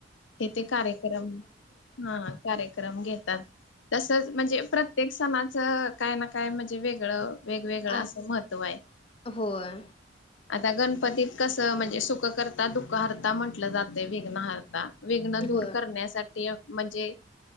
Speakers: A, on the left; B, on the left.
A: हे ते कार्यक्रम हा कार्यक्रम घेतात तसंच म्हणजे प्रत्येक सणाचं काय ना काय म्हणजे वेगळं वेगवेगळं असं
B: अस
A: महत्व आहे <inaudible>
B: होय
A: आता गणपतीत कसं म्हणजे सुख करता दुखहरता म्हटलं जातय विघ्नहारता वेघनं दूर
B: होय
A: करण्यासाठी म्हणजे